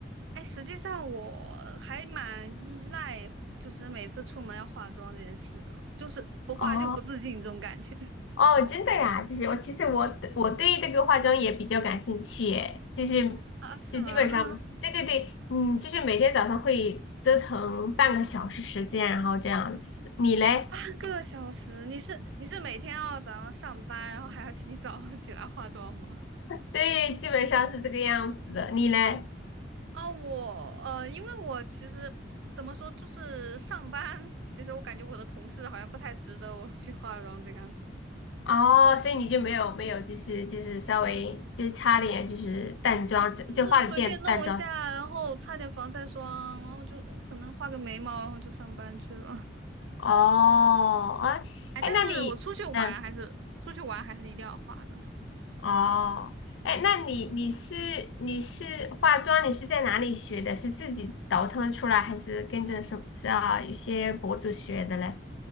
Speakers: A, on the right; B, on the left.
A: 哎，实际上我还蛮依赖，就是每次出门要化妆这件事的，就是不化就不自信这种感觉
B: 哦哦，真的呀，就是我其实我对我对这个化妆也比较感兴趣耶就是就基本上对对对，
A: 啊，是吗？<laughs>
B: 嗯，就是每天早上会折腾半个小时时间，然后这样子。你嘞？
A: 半个小时，你是你是每天要早上上班，然后还要提早 <laughs> 起来化妆吗？
B: 对，基本上是这个样子的。你嘞？
A: 啊，我呃，因为我其实怎么说，就是上班，其实我感觉我的同事好像不太值得我去化妆这个样子，
B: 哦，所以你就没有没有，就是就是稍微就是擦点就是淡妆，就就化了点淡妆。
A: 就是随便弄一下，然后擦点防晒霜，然后就可能画个眉毛，然后就上班去了。
B: 哦，哎哎，
A: 哎，但是我出去玩还是出去玩还是一定要化的。
B: 那你嗯，哦，哎，那你你是你是化妆，你是在哪里学的？是自己倒腾出来，还是跟着什么是啊？有些博主学的嘞？